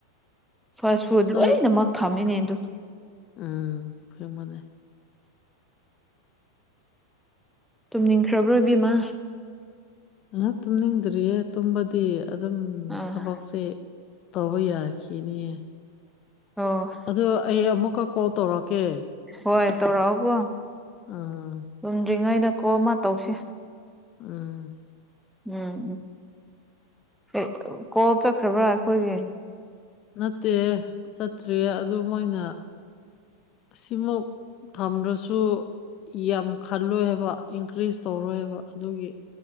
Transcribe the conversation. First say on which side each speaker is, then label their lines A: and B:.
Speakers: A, in the centre; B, on the left.
A: ꯐꯥꯁ ꯐꯨꯗ ꯂꯣꯏꯅꯃꯛ
B: ꯑ
A: ꯊꯝꯃꯤꯅꯦ ꯑꯗꯨ
B: ꯎꯝ ꯑꯁꯦꯡꯕꯅꯦ
A: ꯇꯨꯝꯅꯤꯡꯈ꯭ꯔꯕ꯭ꯔ ꯏꯕꯦꯝꯃ
B: ꯎꯝ ꯇꯨꯝꯅꯤꯡꯗ꯭ꯔꯤꯌꯦ ꯇꯨꯝꯕꯗꯤ ꯑꯗꯨꯝ
A: ꯑꯥ
B: ꯊꯕꯛꯁꯦ ꯇꯧꯕ ꯌꯥꯈꯤꯅꯤꯌꯦ
A: ꯑꯣ
B: ꯑꯗꯣ ꯑꯩ ꯑꯃꯨꯛꯀ ꯀꯣꯜ ꯇꯧꯔꯛꯀꯦ
A: ꯍꯣꯏ ꯇꯧꯔꯛꯑꯣꯀꯣ
B: ꯎꯝ
A: ꯇꯨꯝꯗ꯭ꯔꯤꯉꯩꯗ ꯀꯣꯜ ꯑꯃ ꯇꯧꯁꯦ
B: ꯎꯝ
A: ꯎꯝ ꯎꯝ ꯑꯦ ꯀꯣꯜ ꯆꯠꯈ꯭ꯔꯕ꯭ꯔꯥ ꯑꯩꯈꯣꯏꯒꯤ
B: ꯅꯠꯇꯦꯍꯦ ꯆꯠꯇ꯭ꯔꯤꯌꯦ ꯑꯗꯨ ꯃꯣꯏꯅ ꯁꯤꯃꯨꯛ ꯊꯝꯔꯣꯁ ꯁꯨ ꯌꯥꯝ ꯈꯜꯂꯣꯏ ꯍꯥꯏꯕ ꯏꯟꯀ꯭ꯔꯤꯖ ꯇꯧꯔꯣꯏ ꯍꯥꯏꯕ ꯑꯗꯨꯒꯤ